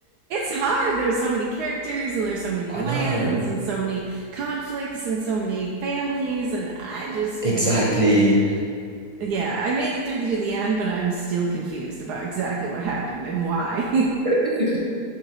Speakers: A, on the right; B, on the right.
A: hard. There's so many characters and there's so many
B: I
A: lands
B: know
A: and so many conflicts and so many families and I just
B: exactly
A: like yeah, I made it through to the end, but I'm still confused about exactly what happened and why.
B: <laughs>